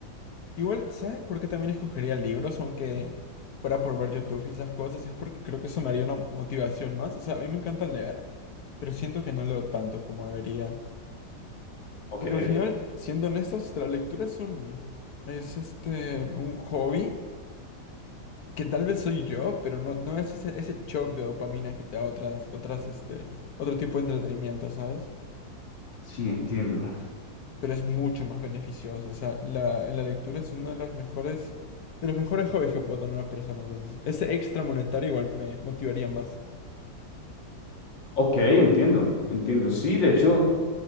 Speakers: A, on the left; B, on the left.
A: Igual, ¿sabes por qué también escogería libros, aunque fuera por ver YouTube y esas cosas? Es porque creo que eso me haría una motivación más. O sea, a mí me encanta leer, pero siento que no leo tanto como debería.
B: Ok,
A: Porque al final, siendo honestos, la lectura es un, es este, un hobby que tal vez soy yo, pero no, no es ese, ese shock de dopamina que te da otras, otras, este, otro tipo de entretenimiento, ¿sabes?
B: Sí, entiendo.
A: pero es mucho más beneficioso. O sea, la, la lectura es uno de los mejores, de los mejores hobbies que puede tener una persona. Entonces, ese extra monetario igual me motivaría más.
B: Ok, entiendo, entiendo. Sí, de hecho,